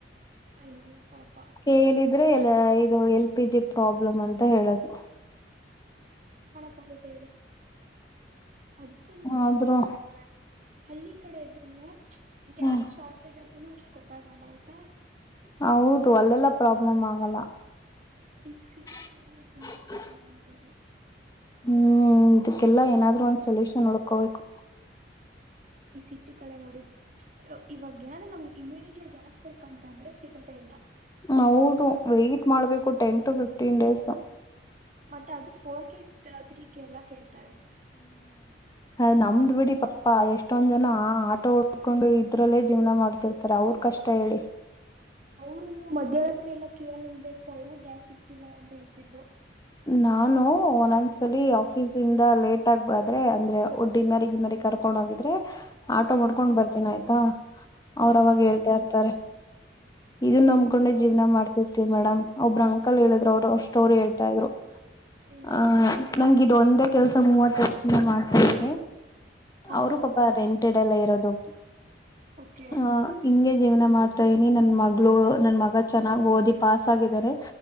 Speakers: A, on the right; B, on the left.
A: ಅಯೋ ಪಾಪ್
B: ಕೇಳಿದ್ರೆ ಎಲ್ಲ ಇದು ಎಲ್ ಪಿ ಜಿ ಪ್ರಾಬ್ಲಮ್ ಅಂತ ಹೇಳದು.
A: ಹೌದ್ ಹೇಳಿ ಅದನ್ನು
B: ಆದ್ರೂ
A: ಇವತ್ತು ಹಳ್ಳಿ ಕಡೆ ಇದ್ರೆ ಗ್ಯಾಸ್
B: ಹ್ಮ್
A: ಶಾರ್ಟೆಜ್ ಆದ್ರೂನು ಅಷ್ಟು ಗೊತ್ತಾಗಲ್ಲ ಆಯ್ತಾ
B: ಹೌದು ಅಲ್ಲೆಲ್ಲ ಪ್ರಾಬ್ಲಮ್ ಆಗಲ್ಲ
A: ಈಗ ಸಿಟಿ ಕಡೆನೆ
B: <inaudible>
A: ತುಂಬಾ ಪ್ರಾಬ್ಲಮ್ ಆಗೋದು
B: ಹ್ಮ್ ಇದಕ್ಕೆಲ್ಲ ಏನಾದ್ರು ಒಂದ್ ಸಲ್ಯೂಷನ್ ನಡ್ಕೋಬೇಕು
A: ಈ ಸಿಟಿ ಕಡೆ ನೋಡಿ ಇವಾಗ ಏನಾದ್ರರು ನಮಗೆ ಇಮಿಡಿಯೇಟ್ಲಿ ಗ್ಯಾಸ್ ಬೇಕಂತಂದ್ರೆ ಸಿಗದೇ ಇಲ್ಲ
B: ಹೌದು ವೈಟ್ ಮಾಡ್ಬೇಕು ಟೆನ್ ಟು ಫಿಫ್ಟೀನ್ ಡೇಸ್
A: ಮತ್ತೆ ಅದು ಫೋರ್ ಕೆ ತೊದ್ರಕ್ಕೆ ಎಲ್ಲ ಕೇಳ್ತಾರೆ
B: ಹ್ಮ್ ನಮ್ದ ಬಿಡಿ ಪ ಪ್ಪಾ ಎಷ್ಟೊಂದ್ ಜನ ಆ ಉಡ್ಕೊಂಡು ಇದ್ರಲ್ಲೇ ಜೀವನ ಮಾಡ್ತಿರ್ತಾರೆ ಅವ್ರು ಕಷ್ಟ ಹೇಳಿ
A: ಅವ್ರುನು ಮಧ್ಯರಾತ್ರಿ ಎಲ್ಲ ಕ್ಯೋಳ್ನಿಲ್ವೆನ್ ಕೌಳು ಗ್ಯಾಸ್ಸಿಕ್ತಿಲ್ಲನಂತೇಳ್ ತಿದ್ಲು
B: ನಾನು ಒನ್ನೊನ್ಸಲಿ ಆಫೀಸಿಂದ ಲೇಟಾಗಬದ್ರೇ ಅಂದ್ರೆ ಒ ಡಿನ್ನರ್ಗಿನ್ನೇರಿಗ್ -ರ್ಕೊಂಡೋಗಿದ್ರೆ <inaudible> ಆಟೋ ಮಾಡ್ಕೊಂಡ್ಬಿರ್ತಿನೈತ ಅವ್ರ್
A: ಹಾ
B: ಅವಾಗೆಳ್ತಾಇರ್ತರೆ ಇದುನ್ನಬ್ಕೊಂಡೆ ಜೀವ್ನ ಮಾಡ್ತಿರ್ತಿವ್ ಮೇಡಮ್ ಒಬ್ರಅಂಕಲ್ ಹೇಳಿದ್ರೋಔಷ್ ಸ್ಟೋರಿ ಹೇಳ್ ಳ್ತಇದ್ರು
A: ಏನಂತ
B: ಆ--ನಂಗಿದೊಂದೇ ಕೆಲ್ಸ ಮೂವತ್ತೋರ್ಷದಿಂದ ಮಾಡ್ ಹ <unintelligible>
A: ಹಾ
B: ಅವ್ರು ಪಪ ರೆಂಟೆಡಲ್ಲೇ ಇರೋದು
A: ಓಕೆ
B: ಹಾ ಇಂಗೆ ಜೀವನ ಮಾಡ್ತಾಯಿದೀನಿ ನನ್ ಮಗಳು ನನ್ ಮಗ ಚೆನ್ನಾಗೋದಿ ಪಾಸಾಗಿದರೆ